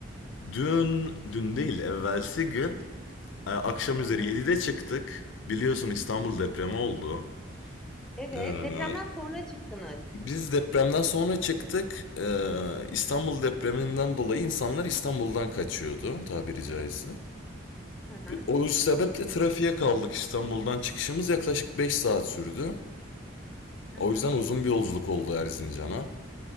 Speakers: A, on the left (about 75°); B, in the centre.
A: dün dün değil evvelsi gün Ee, Akşam
B: Hı
A: üzeri
B: hı.
A: 7'de çıktık. Biliyorsun İstanbul depremi oldu.
B: Evet
A: Ee,
B: depremden sonra çıktınız.
A: biz depremden sonra çıktık. Ee, İstanbul depreminden dolayı insanlar İstanbul'dan kaçıyordu tabiri caizse.
B: Hı hı,
A: O sebeple trafiğe kaldık. İstanbul'dan çıkışımız yaklaşık 5 saat sürdü.
B: hı
A: O
B: hı.
A: yüzden uzun bir yolculuk oldu Erzincan'a.